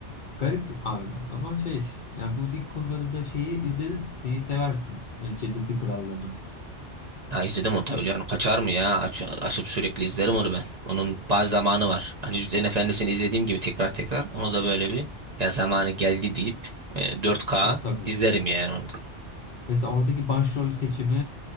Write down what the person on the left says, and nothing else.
Garip abi ama şey yani bu din konularında şeyi izledin şeyi seversin. Yani Cennetin Krallığı'nı.
İ-
Tab tabii.
Mesela oradaki başrol seçimi